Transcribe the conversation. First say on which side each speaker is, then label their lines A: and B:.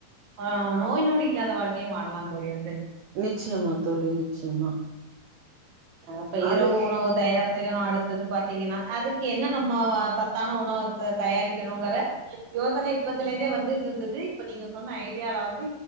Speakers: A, on the right (about 60°); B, on the right (about 80°).
A: ஆ நோய் நோடி இல்லாத வாழ்க்கையு வாழலா தோழி வந்து
B: நிச்சயமா தோழி நிச்சயமா
A: அப்ப
B: அதுக்
A: இரவு உணவு தயார் செய்யணு அடுத்தது பாத்தீங்கின்னா அதுக்கு என்ன நம்மோ சத்தான உணவுத்த தயாரிக்கணுங்குற யோசனை இப்பத்துல இருந்தே வந்துட்டு இருந்தது இப்ப நீங்க சொன்ன ஐடியால வந்து